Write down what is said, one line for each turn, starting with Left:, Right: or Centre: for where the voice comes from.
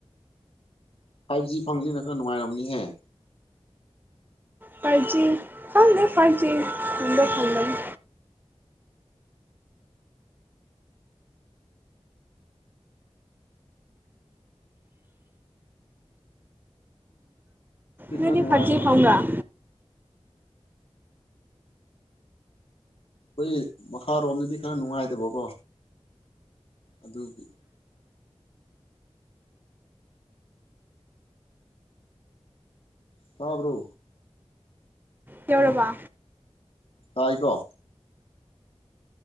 Left: ꯐꯥꯏꯚ ꯖꯤ ꯐꯪꯕꯅꯤꯅ ꯈꯔ ꯅꯨꯡꯉꯥꯏꯔꯕꯅꯤꯍꯦ
Right: ꯐꯥꯏꯚ ꯖꯤ ꯈꯪꯗꯦ ꯐꯥꯏꯚ ꯖꯤ ꯈꯨꯟꯗꯥ ꯐꯪꯕꯥꯅꯤ
Left: ꯑꯗꯨꯗꯤ
Right: ꯅꯣꯏꯗꯤ
Left: ꯈꯔ ꯅꯨꯡꯉꯥꯏꯇꯕ
Right: ꯐꯥꯏꯚ ꯖꯤ ꯐꯪꯕꯔ
Left: ꯑꯩꯈꯣꯏ ꯃꯈꯥꯔꯣꯝꯗꯗꯤ ꯈꯔ ꯅꯨꯡꯉꯥꯏꯇꯕꯀꯣ ꯑꯗꯨꯒꯤ ꯇꯥꯕ꯭ꯔꯣ
Right: ꯌꯧꯔꯕ
Left: ꯇꯥꯏꯀꯣ